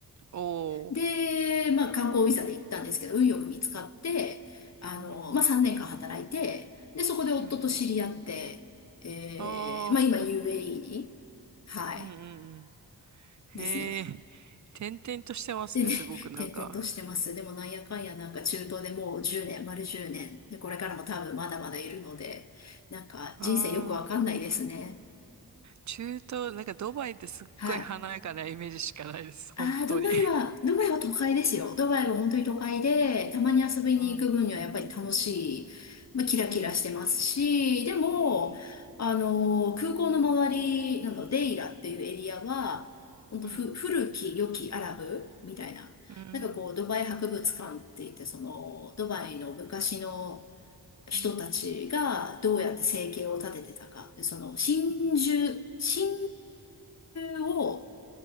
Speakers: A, on the right (about 50°); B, on the left (about 45°).
A: おー、
B: で、まあ観光ビザで行ったんですけど、運よく見つかって、あの、
A: うん、うん、
B: まあ3年間働いて、で、そこで夫と知り合って、
A: うん、
B: えー、
A: ああ、
B: まあ今 UAE に、はい、
A: うん、うん、うん、
B: ですね。
A: へえ、転々としてますね、
B: でね、
A: すごくなんか。
B: 転々としてます。でもなんやかんやなんか中東でもう10年、丸10年。で、これからも多分まだまだいるので、なんか人生よくわかんないですね。
A: ああ、中東、なんかドバイってすっごい華やかなイメージしかないです、
B: はい。ああ、
A: 本当に。
B: ドバイは、ドバイは都会ですよ。ドバイは本当に都会で、たまに遊びに行く分にはやっぱり楽しい、
A: うん、
B: まあ、キラキラしてますし、
A: うん、
B: でも、
A: うん、
B: あの空港の周りなの、デイラっていうエリアは、本当ふ、
A: うん、
B: 古き良きアラブみたいな、
A: うん、
B: なんかこう、ドバイ博物館って言って、その、ドバイの昔の、人たちがどうやって生計を立ててたか。
A: うん、うん、うん、
B: でその真珠、
A: う
B: 真珠を